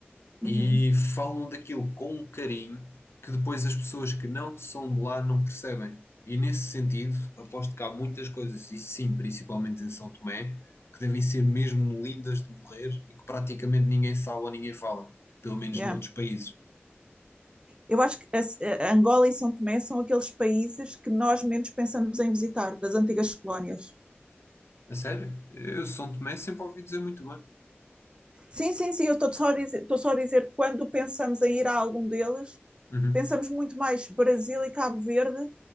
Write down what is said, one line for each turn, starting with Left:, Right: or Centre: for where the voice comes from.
Right: uhum,
Left: E falam daquilo com um carinho que depois as pessoas que não são de lá não percebem. E nesse sentido, aposto que há muitas coisas, e sim, principalmente em São Tomé, que devem ser mesmo lindas de morrer e que praticamente ninguém sabe ou ninguém fala, pelo menos
Right: yeah.
Left: noutros países.
Right: Eu acho que a- a Angola e São Tomé são aqueles países que nós menos pensamos em visitar, das antigas colónias.
Left: A sério? Eu São Tomé sempre ouvi dizer muito bem.
Right: Sim, sim, sim, eu estou só a dizer, estou só a dizer que quando pensamos em ir a algum deles,
Left: Uhum.
Right: pensamos muito mais Brasil e Cabo Verde